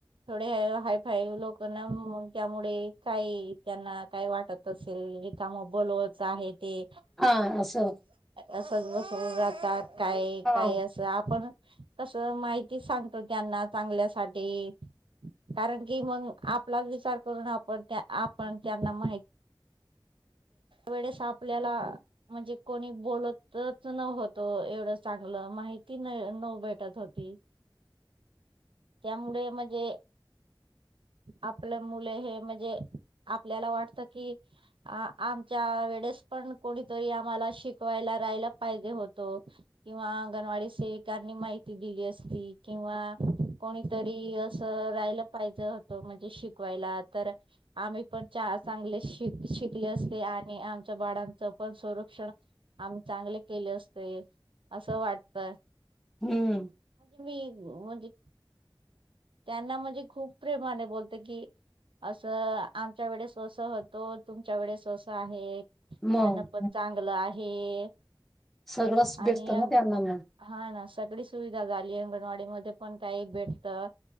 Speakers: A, on the right (about 75°); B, in the centre.
A: थोडे हाय फाय लोकना म त्यामुडे काही त्यांना काय वाटत असेल इ काम बोलवच आहे ते
B: हा असं
A: असच बसून जा तात काय
B: हा
A: काय असं आपण तसं माहिती सांगतो त्यांना चांगल्यासाठी कारण की मग आपलाच विचार करून आपण त्या आपण त्यांना माहि वेळेस आपल्याला म्हणजे कोणी बोलतच न होत तो एवढंच चांगलं माहिती नाही नव भेटत होती त्यामुळे म्हणजे आपलं मुले हे म्हणजे आपल्याला वाटत की आ आमच्या वेडेस पण कोणीतरी आम्हाला शिकवायला राहायला पाहिजे होत किंवा अंगणवाडी सेविकांनी माहिती दिली असती किंवा कोणीतरी असं राहिलं पाहिजे होतं म्हणजे शिकवायला तर आम्ही पण च चांगले शिक शिकले असते आणि आमच्या बाडांच पण संरक्षण आम्ही चांगले केले अस ते असं वाटतय
B: हम्म
A: मी म्हणजे त्यांना म्हणजे खूप प्रेमाने बोलत की असं आमच्या वेळे अस होतो तुमच्या वेळे अस आहे
B: मग
A: अन्न पण चांगलं आहे
B: सगळंच
A: आणि
B: भेटत ना त्यांना मग
A: हा ना सगडी सुविधा झाली अंग वाडी मध्ये पण काही भेटतं